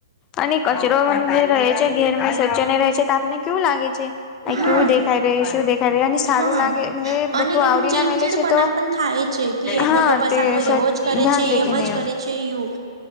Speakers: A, on the left; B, on the right.
A: અને કચરો વન રહે છે ઘેરમે સ્વચ્છ રહે છે તો આપને કેવું લાગે છે? આ
B: હા
A: કેવું દેખાઈ રહી શું દેખાઈ રહી? અને સારું
B: હા
A: લાગે એ બધુ
B: અને
A: આવડી
B: એમ ચીડચીડ
A: ના મેલે છે
B: પણ
A: તો
B: પણ થાય છે કે
A: હા
B: એ બટો પસારો
A: તે સર
B: એવો જ કરે
A: ધ્યાન
B: છે
A: દેખને.
B: એમ જ કરે છે યુ